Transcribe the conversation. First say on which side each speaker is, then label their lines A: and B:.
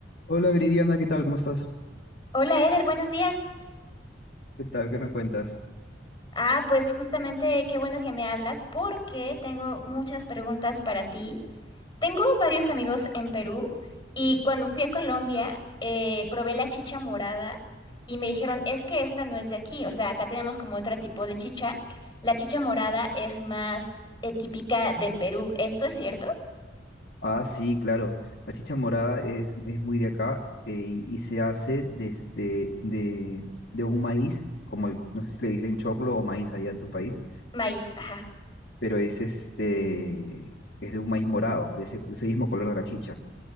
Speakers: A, on the left; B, on the left.
A: Hola Viridiana, ¿qué tal? ¿Cómo estás?
B: Hola Eder, buenos días.
A: ¿Qué tal? ¿Qué me cuentas?
B: Ah, pues justamente qué bueno que me hablas porque tengo muchas preguntas para ti. Tengo varios amigos en Perú y cuando fui a Colombia eh, probé la chicha morada y me dijeron, es que esta no es de aquí, o sea, acá tenemos como otro tipo de chicha. La chicha morada es más eh, típica de Perú. ¿Esto es cierto?
A: Ah, sí, claro. La chicha morada es, es muy de acá eh, y y se hace desde de, de un maíz, como el- no sé si le dicen choclo o maíz allá en tu país,
B: Maíz, ajá.
A: pero es este es de un maíz morado, de ese, de ese mismo color de la chicha.